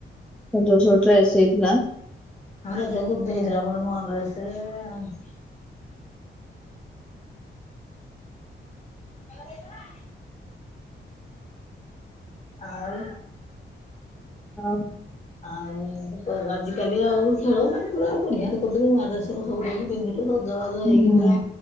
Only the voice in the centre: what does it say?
ଯେଉଁ ସବୁ ଡ୍ରେସ ହେଇଥିଲା।
ହଉ।
ହୁଁ।